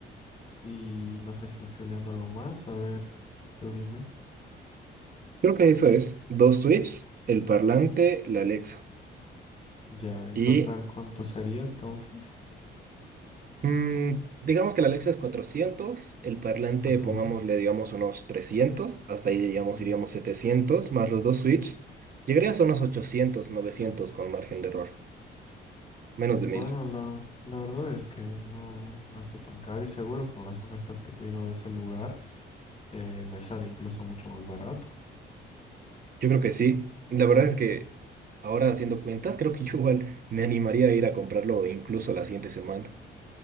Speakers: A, on the left; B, on the right.
A: y no sé si me estoy olvidando algo más. A ver, tú dime.
B: Creo que eso es. Dos switches, el parlante, la Alexa.
A: Ya, en
B: Y
A: total, ¿cuánto sería entonces?
B: mm, digamos que la Alexa es 400, el parlante
A: Ajá.
B: pongámosle, digamos, unos 300. hasta ahí, digamos,
A: ujú.
B: iríamos setecientos más los dos switches. Llegaría a unos 800, novecientos con margen de error. Menos
A: Bueno,
B: de mil.
A: la, la verdad es que no, no está tan caro y seguro con las ofertas que te digo de ese lugar eh, me sale incluso mucho más barato.
B: Yo creo que sí. La verdad es que ahora haciendo cuentas, creo que yo igual me animaría a ir a comprarlo incluso la siguiente semana.